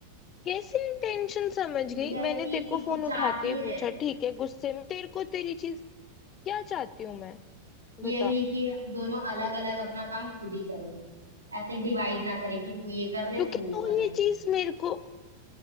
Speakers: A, on the left (about 30°); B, on the right (about 80°).
A: कैसे इंटेंशन समझ गई
B: यही
A: मैंने तेरे
B: कि
A: को
B: तू
A: फोन उठाते
B: चाहती
A: ही पूछा
B: है
A: ठीक है गुस्से में तेरे को तेरी चीज क्या चाहती हूँ मैं बता
B: यही कि दोनों अलग अलग अपना काम खुद ही करें ऐसे डिवाइड ना करे कि तू ये कर ले
A: क्योंकि
B: तू वो
A: तू
B: कर
A: ये
B: ले
A: चीज मेरे को